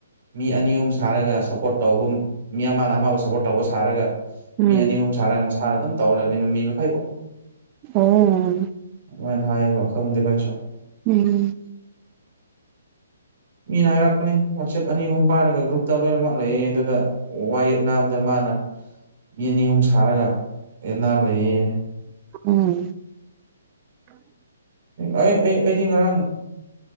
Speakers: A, on the right (about 45°); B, on the right (about 25°).
A: ꯃꯤ ꯑꯅꯤ ꯑꯍꯨꯝ ꯁꯥꯔꯒ ꯁꯞꯄꯣꯔꯠ ꯇꯧꯕꯝ ꯃꯤ ꯑꯃꯅ ꯑꯃꯕꯨ ꯁꯞꯄꯣꯔꯠ ꯇꯧꯕ ꯁꯥꯔꯒ ꯃꯤ
B: ꯎꯝ
A: ꯑꯅꯤ ꯑꯍꯨꯝ ꯁꯥꯔꯒ ꯃꯁꯥꯅ ꯑꯗꯨꯝ ꯇꯧ ꯂꯩꯕꯩ ꯃꯥ ꯃꯤ ꯃꯈꯩꯕꯣ
B: ꯑꯣꯝ
A: ꯑꯃꯥꯏꯅ ꯍꯥꯏꯌꯦꯕ ꯈꯪꯗꯦꯕ ꯑꯩꯁꯨ
B: ꯎꯝ
A: ꯃꯤꯅ ꯍꯥꯏꯔꯛꯄꯅꯦ ꯋꯥꯆꯦꯞ ꯑꯅꯤ ꯑꯥꯍꯨꯝ ꯄꯥꯏꯔꯒ ꯒ꯭ꯔꯨꯞꯇ ꯂꯣꯏꯅꯃꯛ ꯂꯩꯌꯦ ꯑꯗꯨꯗ ꯋꯥ ꯌꯦꯠꯅꯕꯗ ꯃꯥꯅ ꯃꯤ ꯑꯅꯤ ꯑꯍꯨꯝ ꯁꯥꯔꯒ ꯌꯦꯠꯅ ꯂꯩꯌꯦ
B: ꯎꯝ
A: ꯑꯩ ꯑꯩ ꯑꯩꯗꯤ ꯉꯔꯥꯡ